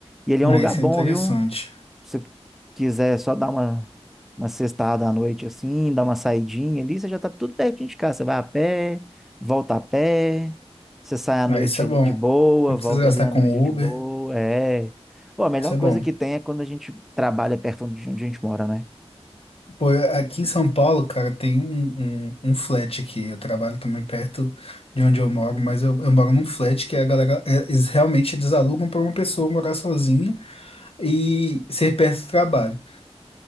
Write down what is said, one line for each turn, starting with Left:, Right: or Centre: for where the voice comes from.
Centre: E ele é
Left: Ah,
Centre: um lugar
Left: isso
Centre: bom,
Left: é interessante.
Centre: viu? você quiser só dar uma, uma sextada à noite assim, dar uma saidinha ali, você já tá tudo pertinho de casa. Você vai a pé, volta a pé, você sai à noite
Left: Ah, isso é
Centre: ali
Left: bom.
Centre: de boa,
Left: Não precisa
Centre: volta
Left: gastar
Centre: ali à
Left: com
Centre: noite de
Left: Uber.
Centre: boa. É. Pô, a melhor
Left: Isso é
Centre: coisa
Left: bom.
Centre: que tem é quando a gente trabalha perto de onde a gente mora, né?
Left: Pô, aqui em São Paulo, cara, tem um, um, um flat aqui. Eu trabalho também perto de onde eu moro, mas eu, eu moro num flat que a galera, é, eles, realmente eles alugam para uma pessoa morar sozinha e ser perto do trabalho.